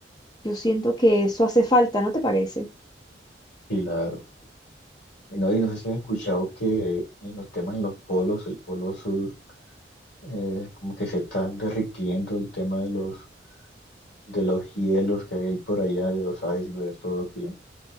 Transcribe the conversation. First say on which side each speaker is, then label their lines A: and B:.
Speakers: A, on the left; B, on the left.
A: Yo siento que eso hace falta, ¿no te parece?
B: Claro. Y no, y no sé si has escuchado que en los temas en los polos, el polo sur, eh, como que se están derritiendo el tema de los, de los hielos que hay por allá, de los icebergs, todo que,